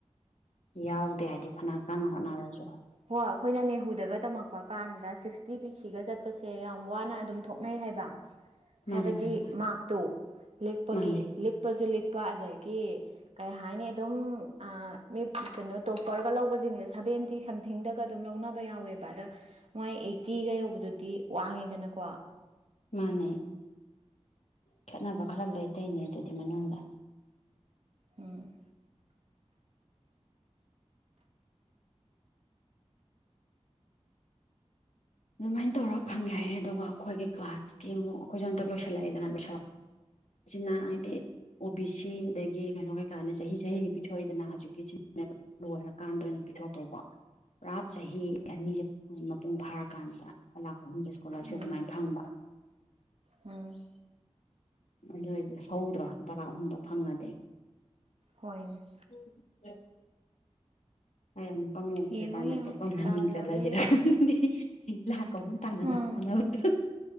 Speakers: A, on the left; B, on the right.
A: ꯌꯥꯎꯗꯦ ꯍꯥꯏꯕꯗꯤ ꯐꯅ ꯀꯥꯟꯅ ꯍꯣꯠꯅꯔꯁꯨ
B: ꯍꯣ ꯑꯩꯈꯣꯏꯅ ꯅꯦꯍꯨꯗꯒ ꯇꯝꯃꯛꯄ ꯀꯥꯟꯗ ꯁꯤꯛꯁꯇꯤ ꯄꯤ ꯁꯤꯒ ꯆꯠꯄꯁꯦ ꯌꯥꯝ ꯋꯥꯅ ꯑꯗꯨꯝ ꯊꯣꯛꯅꯩ ꯍꯥꯏꯕ
A: ꯃꯥꯅꯦ
B: ꯍꯥꯏꯕꯗꯤ
A: ꯃꯥꯅꯦ ꯃꯥꯅꯦ
B: ꯃꯥꯔꯛꯇꯣ ꯂꯦꯛꯄꯒꯤ
A: ꯃꯥꯅꯦ
B: ꯂꯤꯛꯄꯖꯨ ꯂꯤꯛꯄ ꯑꯗꯒꯤ ꯀꯩ ꯍꯥꯏꯅꯤ ꯑꯗꯨꯝ ꯑꯥ ꯃꯤ ꯀꯩꯅꯣ ꯇꯣꯞꯄꯔꯒ ꯂꯧꯕꯖꯤꯡꯖꯦ ꯁꯕꯦꯟꯇꯤ ꯁꯝꯊꯤꯡꯗꯒ ꯑꯗꯨꯝ ꯂꯧꯅꯕ ꯌꯥꯎꯋꯦꯕ ꯑꯗ ꯃꯥꯏ ꯑꯩꯠꯇꯤꯒ ꯌꯧꯕꯗꯨꯗꯤ ꯋꯥꯡꯉꯤꯗꯅꯀꯣ
A: ꯃꯥꯅꯦ ꯈꯦꯠꯅꯕ ꯈꯔ ꯂꯩꯇꯩꯅꯦ ꯑꯗꯨꯗꯤ ꯃꯅꯨꯡꯗꯥ
B: ꯎꯝ
A: ꯑꯗꯨꯃꯥꯏꯟ ꯇꯧꯔ ꯐꯪꯉꯦ ꯍꯥꯏꯌꯦ ꯑꯗꯨꯒ ꯑꯈꯣꯏꯒꯤ ꯀ꯭ꯂꯥꯁꯀꯤ ꯑꯃꯨꯛ ꯑꯈꯣꯏꯖꯨ ꯍꯟꯇꯛ ꯂꯣꯏꯁꯤꯜꯂꯛꯑꯦꯗꯅ ꯂꯣꯏꯁꯜꯂꯛ ꯁꯤꯅ ꯍꯥꯏꯗꯤ ꯑꯣ ꯕꯤ ꯁꯤ ꯑꯗꯒꯤ ꯀꯩꯅꯣ ꯀꯩꯀꯥꯅ ꯆꯍꯤ ꯆꯍꯤꯒꯤ ꯄꯤꯊꯣꯛꯏꯗꯅ ꯍꯧꯖꯤꯛꯀꯤ ꯁꯤꯅꯦꯕ ꯂꯣꯏꯔꯀꯥꯟꯗ ꯑꯣꯏꯅ ꯄꯤꯊꯣꯛꯇꯧꯕ ꯄꯨꯔꯥ ꯆꯍꯤ ꯑꯅꯤꯖꯦ ꯃꯄꯨꯡ ꯐꯥꯔꯛ ꯀꯥꯟꯗ ꯂꯨꯄꯥ ꯂꯥꯛ ꯑꯍꯨꯝꯖꯦ ꯁ꯭ꯀꯣꯂꯔꯁꯤꯞ
B: ꯎꯝ
A: ꯑꯗꯨꯃꯥꯏꯟ ꯐꯪꯕ
B: ꯎꯝ
A: ꯑꯗꯨ ꯑꯣꯏꯔꯗꯤ ꯍꯧꯗ꯭ꯔꯣ ꯂꯨꯄꯥ ꯂꯥꯛ ꯑꯍꯨꯝꯗꯣ ꯐꯪꯉꯗꯤ
B: ꯍꯣꯏꯅꯦ
A: <unintelligible> ꯑꯩ ꯑꯃꯨꯛꯀꯥ ꯃꯨꯛ
B: ꯌꯦꯡꯉꯣ
A: ꯗꯤꯄꯥꯔꯠꯃꯦꯟꯇꯣ
B: ꯌꯦꯡꯉꯣ
A: ꯄꯨꯟꯅ
B: ꯗꯥꯎ
A: ꯃꯤꯡ
B: ꯌꯥꯕ꯭ꯔꯥ
A: ꯆꯜꯂꯖꯤꯔꯥ
B: ꯌꯦꯡꯉꯣ
A: ꯈꯪꯗꯦ ꯍꯤ ꯂꯥꯛ ꯑꯍꯨꯝ ꯇꯥꯟꯅ
B: ꯎꯝ
A: ꯅꯕ ꯍꯣꯠꯅꯕꯗ